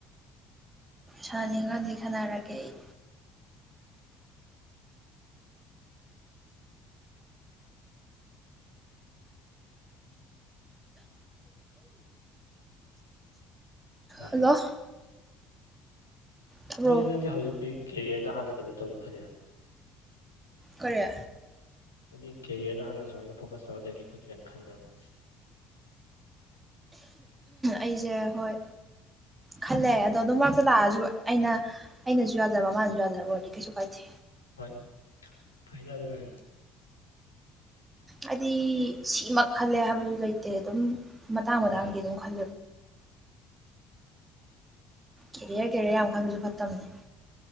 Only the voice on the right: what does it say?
ꯁꯥꯟꯅꯥꯅꯤꯡꯉꯥꯗꯤ ꯁꯥꯟꯅꯔꯒꯦ ꯑꯩ
ꯍꯜꯂꯣ ꯇꯥꯕ꯭ꯔꯣ
ꯀꯔꯤ
ꯑꯩꯁꯦ ꯍꯣꯏ ꯈꯜꯂꯦ ꯑꯗꯣ ꯑꯗꯨꯝ ꯃꯥꯔꯛꯇ ꯂꯥꯛꯑꯁꯨ ꯑꯩꯅ ꯑꯩꯅꯁꯨ ꯌꯥꯗꯕ ꯃꯥꯅꯁꯨ ꯌꯥꯗ꯭ꯔꯕ ꯑꯣꯏꯔꯗꯤ ꯀꯩꯁꯨ ꯀꯥꯏꯗꯦ
ꯍꯥꯏꯗꯤ ꯁꯤꯃꯛ ꯈꯜꯂꯦ ꯍꯥꯏꯕꯁꯨ ꯂꯩꯇꯦ ꯑꯗꯨꯝ ꯃꯇꯥꯡ ꯃꯇꯥꯡꯒ‌ꯤ
ꯑꯗꯨꯝ ꯈꯜ ꯀꯦꯔꯤꯌꯔ ꯀꯦꯔꯤꯌꯔ ꯌꯥꯝ ꯈꯟꯕꯁꯨ ꯐꯠꯇꯕꯅꯦ